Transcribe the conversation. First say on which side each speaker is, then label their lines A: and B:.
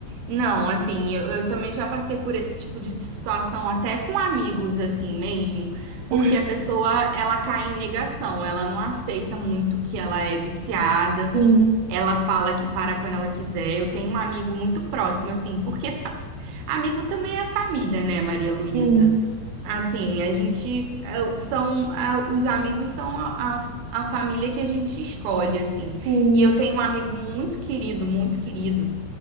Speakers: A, on the right; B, on the right.
A: Não, assim, eu, eu também já passei por esse tipo de situação até com amigos, assim mesmo,
B: Uhum.
A: porque a pessoa, ela cai em negação, ela não aceita muito que ela é viciada,
B: Sim,
A: ela fala que para quando ela quiser. Eu tenho um amigo muito próximo, assim, porque fa- Amigo também é família, né, Maria Luísa?
B: sim,
A: Assim, a gente é, são a- os amigos são a, a, a família que a gente escolhe, assim.
B: sim.
A: E eu tenho um amigo muito querido, muito querido.